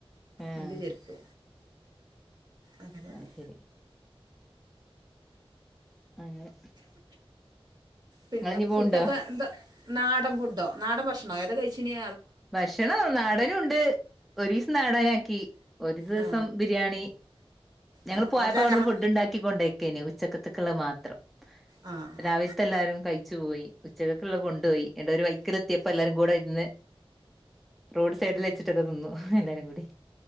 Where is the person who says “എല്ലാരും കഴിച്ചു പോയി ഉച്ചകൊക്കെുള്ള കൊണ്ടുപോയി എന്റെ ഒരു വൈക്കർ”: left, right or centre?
Centre